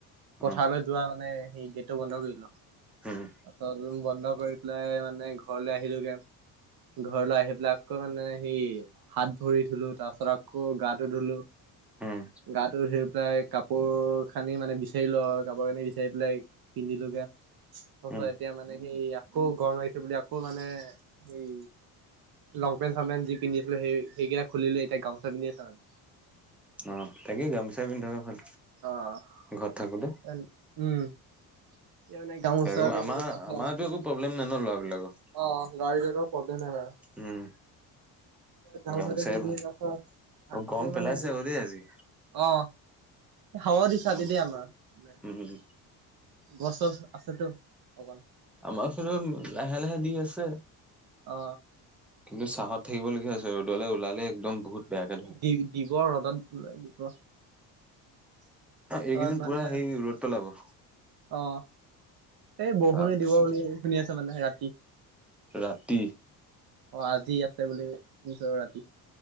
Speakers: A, in the centre; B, on the right.
A: উম
B: পথাৰলৈ
A: অ
B: যোৱা মানে সেই গেটটো বন্ধ কৰিলোঁ,
A: উম
B: তাৰপাছত <unintelligible> বন্ধ কৰি <unintelligible> মানে ঘৰলৈ আহিলোগে। ঘৰলৈ আহি পেলাই মানে সেই হাত ভৰি ধুলোঁ তাৰ পিছত আকৌ গাটো ধুলোঁ।
A: উম
B: গাটো ধুই পেলাই কাপ কাপোৰ খানি মানে বিচাৰিলোঁ আৰু কাপোৰ খানি বিচাৰি পেলাই পিন্ধিলোগে।
A: উম
B: এতিয়া মানে সেই আকৌ গৰম মাৰিছে বুলি আকৌ মানে সেই লংপেন্ট চংপেন্ট যি পিন্ধিছিলোঁ সেই সেইকেটা খুলিলোঁ এতিয়া গামচা পিন্ধি আছু মানে।
A: অ' তাকে গামোচা পিন্ধাকে ভাল।
B: অ'
A: ঘৰত থাকোতে
B: উম, এতিয়া মানে গামচা
A: আৰু
B: পিন্ধিলোঁ
A: আমাৰ
B: তাৰপাছত
A: আমাৰতো একো প্ৰব্লেম নাই ন ল'ৰাবিলাকৰ
B: অ' গাড়ীৰ একো প্ৰব্লেম নাই বাৰু।
A: উম,
B: গামোচাটো
A: গামোচাই
B: পিন্ধি
A: ভাল
B: তাৰপাছত আকৌ
A: অ' গৰম
B: মানে
A: পেলাইছে বাৰু দেই আজি।
B: অ। হাৱা দিছা
A: উম
B: দি দেই আমাৰ মানে
A: উম
B: গছ চছ আছেতো অকন
A: আমাৰ ফালেও লাহে লাহে দি আছে।
B: অ।
A: কিন্তু চাহত থাকিবলগীয়া হৈছে ৰ'দলে ওলালে একদম বহুত বেয়াকে ধৰে
B: এই দি দিব ৰ'দত দিব
A: এইকেইদিন
B: তাৰপাছত মানে
A: পুৰা সেই ৰ'দ পেলাব।
B: অ এই বৰষুণে
A: তাৰপিছত
B: দিব বুলি শুনি আছো মানে ৰাতি।
A: ৰাতি
B: অ আজি আছে বুলি শুনিছোঁ ৰাতি।